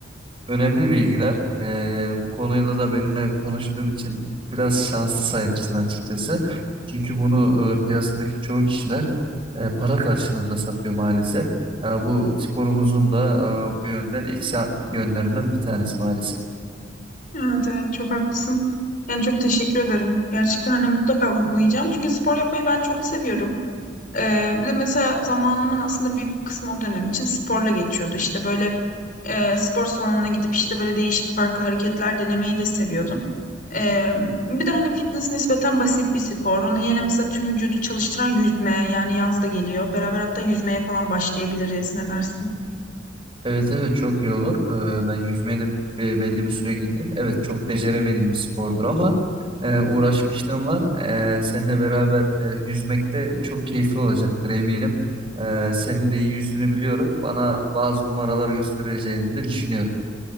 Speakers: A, on the right; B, on the left.
A: Önemli bilgiler. Ee, bu konuyla da benimle konuştuğun için biraz şanslı sayılırsın açıkçası. Çünkü bunu e, piyasadaki çoğu kişiler e, para karşılığında satıyor maalesef. Ya bu sporumuzun da e, bu yönden eksi yönlerinden bir tanesi maalesef.
B: Evet evet çok haklısın. Yani çok teşekkür ederim. Gerçekten hani mutlaka uygulayacağım. Çünkü spor yapmayı ben çok seviyorum. Eee, bir de mesela zamanımın aslında büyük bir kısmı o dönem için sporla geçiyordu. İşte böyle E, spor salonuna gidip işte böyle değişik farklı hareketler denemeyi de seviyordum. E, bir de hani fitness nispeten basit bir spor. Onun yerine mesela tüm vücudu çalıştıran yüzme yani yaz da geliyor. Beraber hatta yüzmeye falan başlayabiliriz. Ne dersin?
A: Evet evet çok iyi olur. Ee, ben yüzmeye de e, belli bir süre gittim. Evet çok beceremediğim bir spordur ama e, uğraşmışlığım var. E, seninle beraber e, yüzmek de çok keyifli olacaktır eminim. E, senin de iyi yüzdüğünü biliyorum. Bana bazı numaralar göstereceğini de düşünüyorum.